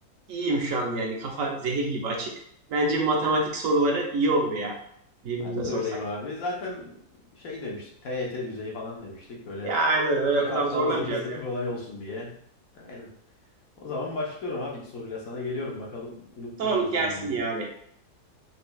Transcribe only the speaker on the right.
iyiyim şu an yani kafa zehir gibi açık. Bence matematik soruları iyi olur ya birbirimize
sorsak.
Ya aynen öyle
o kadar zorlamayacağız
ya.
Sor
gelsin
yani.